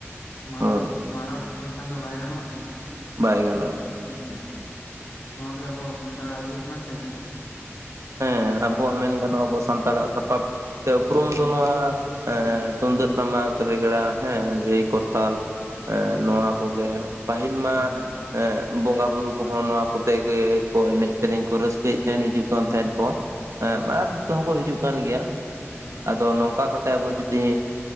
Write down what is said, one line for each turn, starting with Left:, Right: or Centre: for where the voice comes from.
Left: ᱢᱟᱱᱚᱴ
Right: ᱦᱳᱭ
Left: ᱢᱟᱞᱚᱴ ᱦᱚᱪᱚ ᱞᱮ ᱠᱷᱟᱱ ᱫᱚ ᱵᱟᱭ ᱜᱟᱱᱚᱜᱼᱟ ᱥᱮ,
Right: ᱵᱟᱭ ᱜᱟᱱᱚᱜᱼᱟ
Left: ᱩᱸ ᱦᱩᱸ ᱱᱚᱣᱟ ᱜᱮ ᱟᱵᱚ ᱥᱟᱱᱛᱟᱲᱟᱜ ᱤᱭᱟᱹ ᱠᱟᱱᱟ ᱥᱮ᱾
Right: ᱮᱸ ᱟᱵᱚᱣᱟᱜ ᱢᱮᱱ
Left: ᱦᱩᱸ
Right: ᱜᱟᱱᱚᱜ ᱟᱵᱚ ᱥᱟᱱᱛᱟᱲᱟᱜ ᱥᱟᱯᱟᱵ᱾ ᱥᱮ ᱩᱯᱨᱩᱢ
Left: ᱦᱮᱸ
Right: ᱫᱚ ᱱᱚᱣᱟ ᱮᱸ
Left: ᱦᱮᱸ
Right: ᱛᱩᱢᱫᱟᱹᱜ, ᱴᱟᱢᱟᱠ, ᱨᱮᱜᱽᱲᱟ᱾ ᱦᱮᱸ, ᱡᱟᱹᱭ ᱠᱚᱨᱛᱟᱞ ᱮᱸ
Left: ᱦᱮᱸ
Right: ᱱᱚᱣᱟ ᱠᱚᱜᱮ ᱯᱟᱹᱦᱤᱞ ᱢᱟ
Left: ᱦᱮᱸ
Right: ᱮᱸ ᱵᱚᱸᱜᱟᱼᱵᱩᱨᱩ ᱠᱚᱦᱚᱸ ᱱᱚᱣᱟ ᱠᱚᱛᱮ ᱜᱮ ᱠᱚ ᱮᱱᱮᱡ ᱥᱮᱨᱮᱧ ᱠᱚ ᱨᱟᱹᱥᱠᱟᱹᱭᱮᱜ ᱛᱟᱦᱮᱱ ᱦᱤᱡᱩᱜ ᱠᱟᱱ ᱛᱟᱦᱮᱸᱫ ᱠᱚᱸ ᱟᱸ
Left: ᱦᱳᱭ
Right: ᱢᱟᱨ
Left: ᱜᱚᱝᱠᱮ
Right: ᱧᱤᱛᱚᱜ ᱦᱚᱸᱠᱚ ᱦᱤᱡᱩᱜ ᱠᱟᱱ ᱜᱮᱭᱟ,
Left: ᱦᱮᱸ
Right: ᱟᱫᱚ ᱱᱚᱝᱠᱟ ᱠᱟ ᱛᱮ ᱟᱵᱚ ᱡᱩᱫᱤ